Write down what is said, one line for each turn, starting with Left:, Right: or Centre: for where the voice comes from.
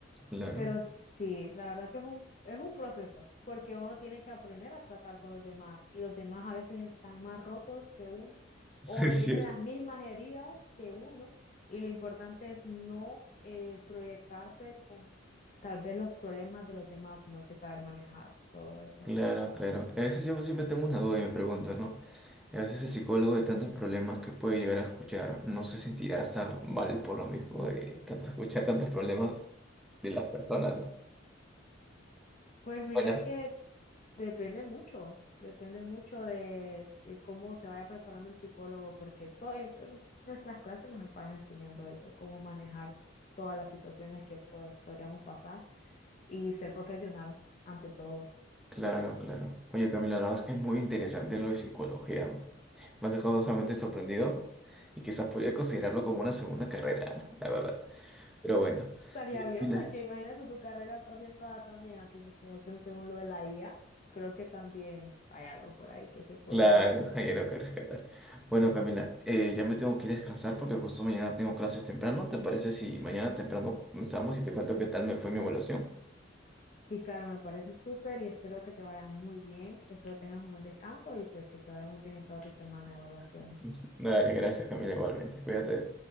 Centre: claro.
Left: pero sí, la verdad que es un, es un proceso, porque uno tiene que aprender a tratar con los demás y los demás a veces están más rotos que uno
Centre: <laughs> Sí,
Left: o
Centre: es
Left: tienen
Centre: cierto.
Left: las mismas heridas que uno y lo importante es no eh, proyectarse con tal vez los problemas de los demás, sino que saber manejar todo eso.
Centre: Claro, claro. A veces yo siempre tengo una duda y me pregunto, ¿no? A veces el psicólogo de tantos problemas que puede llegar a escuchar no se sentirá hasta mal por lo mismo de tanto escuchar tantos problemas de las personas, ¿no?
Left: Pues mira
Centre: Bueno,
Left: que Depende mucho, depende mucho de, de cómo se vaya preparando el psicólogo, porque todo, en en nuestras clases nos van enseñando eso, cómo manejar todas las situaciones que po- podríamos pasar y ser profesional ante todo.
Centre: Claro, claro. Oye, Camila, la verdad es que es muy interesante lo de psicología. Me has dejado sumamente sorprendido y quizás podría considerarlo como una segunda carrera, <laughs> ¿eh? la verdad. Pero bueno,
Left: Estaría
Centre: Oye,
Left: bien,
Centre: Camila,
Left: porque imagínate tu carrera orientada también a tu investigación según lo de la IA. Creo que también hay algo por ahí que se podría.
Centre: claro, <laughs> hay algo que rescatar. Bueno, Camila, eh, ya me tengo que ir a descansar porque justo mañana tengo clases temprano. ¿Te parece si mañana temprano comenzamos y te cuento qué tal me fue mi evaluación?
Left: Sí, claro, me parece súper y espero que te vaya muy bien, espero tengas un buen descanso y pues que te vaya muy bien en toda tu semana de evaluaciones.
Centre: <laughs> Dale, gracias, Camila, igualmente. Cuídate.